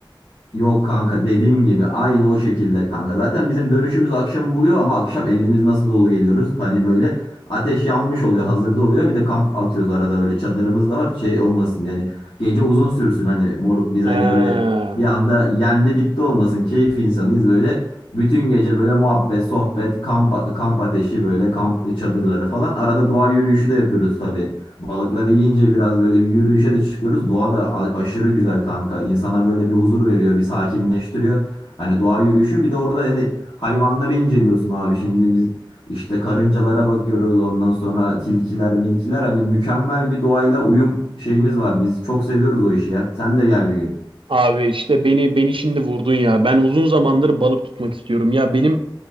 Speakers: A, on the left (about 75°); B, on the right (about 80°).
A: Yok kanka dediğin gibi aynı o şekilde kanka. Zaten bizim dönüşümüz akşamı buluyor ama akşam elimiz nasıl dolu geliyoruz. Hani böyle ateş yanmış oluyor hazırda oluyor. Bir de kamp atıyoruz arada böyle çadırımız da var şey olmasın yani gece uzun sürsün hani moruk biz
B: He.
A: hani böyle bir anda yendi bitti olmasın keyif insanıyız böyle. Bütün gece böyle muhabbet, sohbet, kamp, kamp ateşi böyle kamp çadırları falan. Arada doğa yürüyüşü de yapıyoruz tabii. Balıkları yiyince biraz böyle bir yürüyüşe de çıkıyoruz. Doğa da a- aşırı güzel kanka. İnsana böyle bir huzur veriyor, bir sakinleştiriyor. Hani doğa yürüyüşü bir de orada yani hayvanları inceliyorsun abi. Şimdi biz işte karıncalara bakıyoruz. Ondan sonra tilkiler, milkiler hani mükemmel bir doğayla uyum şeyimiz var. Biz çok seviyoruz o işi ya. Sen de gel bir gün.
B: Abi işte beni beni şimdi vurdun ya. Ben uzun zamandır balık tutmak istiyorum. Ya benim